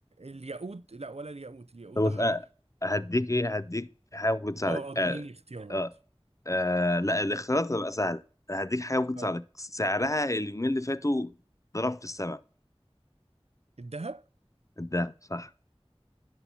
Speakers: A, on the right; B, on the left.
A: الياقوت لا ولا الياقوت الياقوت
B: طب
A: ده
B: بص،
A: حجر
B: آه، هديك ايه هديك حاجه ممكن تساعدك
A: اه اديني
B: آه
A: اختيارات
B: آه آه لا الاختيارات هتبقى سهله أنا هديك حاجه ممكن تساعدك
A: اه
B: سعرها اليومين اللي فاتوا ضرب في السماء
A: الذهب
B: الدهب صح